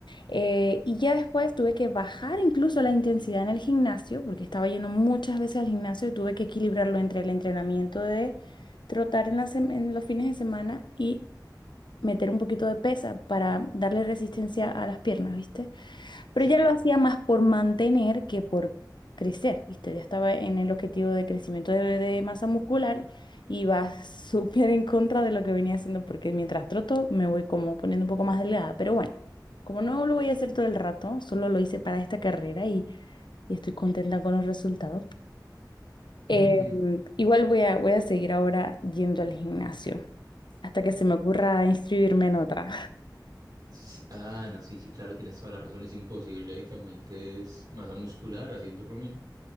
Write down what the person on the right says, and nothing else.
Sí,
claro.
<laughs>
Sí, Ah, no, sí, sí, claro, tienes toda la razón. Es imposible que aumentes masa muscular haciendo running,